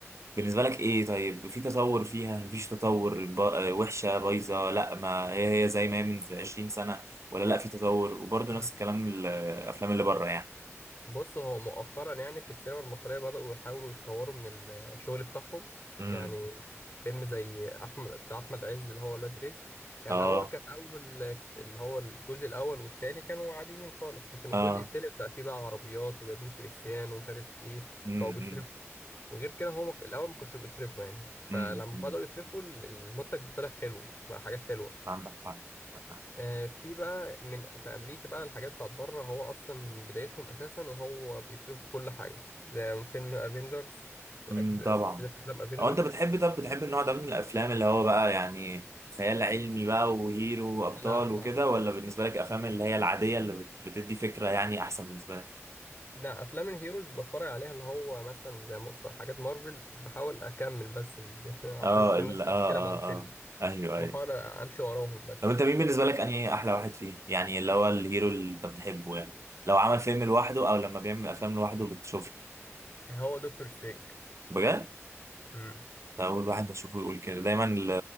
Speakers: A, on the right; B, on the left.
A: بالنسبه لك ايه طيب في تطور فيها مفيش تطور ب- آه، وحشه بايظه لا ما هي هي زي ما هي من 20 سنه ولا لا في تطور وبرضه نفس
B: امم
A: الكلام الافلام اللي بره
B: بص هو مؤخرا يعني في السينما المصريه بداوا يحاولوا يطوروا من الشغل بتاعهم
A: يعني
B: يعني فيلم زي احمد بتاع احمد عز اللي هو ولاد رزق كان
A: اه
B: الاول كان اول اللي هو الجزء الاول والتاني كانوا عاديين خالص لكن الجزء
A: اه
B: التالت بقى فيه بقى عربيات وجايبين كريستيانو ومش عارف ايه
A: امم
B: بقوا بيصرفوا غير كده هو مك... الاول ما كانوش بيصرفوا يعني
A: امم
B: فلما
A: امم
B: بدأوا يصرفوا ال- المنتج طلع حلو بقى حاجات حلوة
A: عندك حق عندك حق.
B: آه في بقى من في امريكا بقى الحاجات بتاعت بره هو اصلا من بدايتهم اساسا وهو بيصرفوا كل حاجة ده فيلم افنجرز
A: امم طبعا
B: سلسلة افلام افنجرز
A: هو انت بتحب طب بتحب النوع ده من الافلام اللي هو بقى يعني خيال علمي بقى وهيرو وابطال
B: لا لا
A: وكده ولا بالنسبه لك افلام
B: لا
A: اللي هي العاديه اللي بت- بتدي فكره يعني احسن بالنسبه لك
B: لا افلام الهيروز بتفرج عليها اللي هو مثلا زي م- في حاجات مارفل بحاول اكمل بس ال... <laughs> عشان
A: اه
B: كل
A: ال-
B: الناس بتتكلم
A: اه اه
B: عن الفيلم
A: اه ايوه
B: بحاول
A: ايوه
B: امشي وراهم بس
A: طب انت مين بالنسبه لك انهي احلى واحد فيهم يعني اللي هو الهيرو اللي انت بتحبه يعني لو عمل فيلم لوحده او لما بيعمل افلام لوحده بتشوفه
B: هو دكتور سترينج
A: بجد
B: مم.
A: أول واحد أشوفه يقول كده دايما ل...